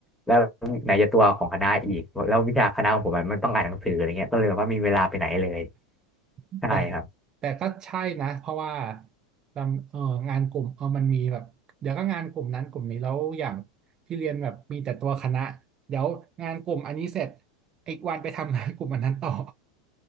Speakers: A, in the centre; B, on the right.
A: แล้วไหนจะตัวของคณะอีกแล้ววิชาคณะของผมอะมันต้องอ่านหนังสืออะไรเงี้ยก็เลยแบบว่ามีเวลาไปไหนเลย
B: <laughs>
A: ใช่ครับ
B: แต่แต่ก็ใช่นะเพราะว่าลำเอองานกลุ่มเออมันมีแบบเดี๋ยวก็งานกลุ่มนั้นกลุ่มนี้แล้วอย่างที่เรียนแบบมีแต่ตัวคณะเดี๋ยวงานกลุ่มอันนี้เสร็จอีกวันไปทำงานกลุ่มอันนั้นต่อ